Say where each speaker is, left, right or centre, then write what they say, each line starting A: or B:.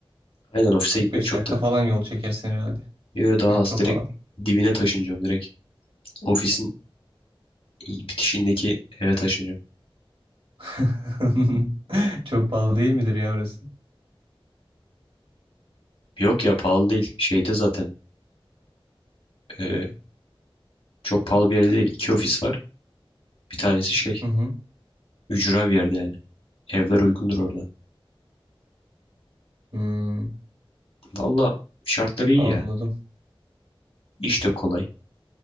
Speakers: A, on the left; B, on the right.
A: Aynen ofise
B: 45
A: gitmek çok
B: dakika
A: da.
B: falan yol çekersin herhalde.
A: Yo, daha
B: Metro
A: az direkt
B: falan.
A: dibine taşınacağım direkt. Ofisin bitişindeki eve taşınacağım.
B: <laughs> Çok pahalı değil midir ya orası?
A: Yok ya pahalı değil. Şeyde zaten e, çok pahalı bir yerde değil. İki ofis var. Bir tanesi şey
B: Hı hı.
A: Ücra bir yerde yani. Evler uygundur orada.
B: Hmm,
A: Valla şartları iyi
B: anladım.
A: ya. İş de kolay.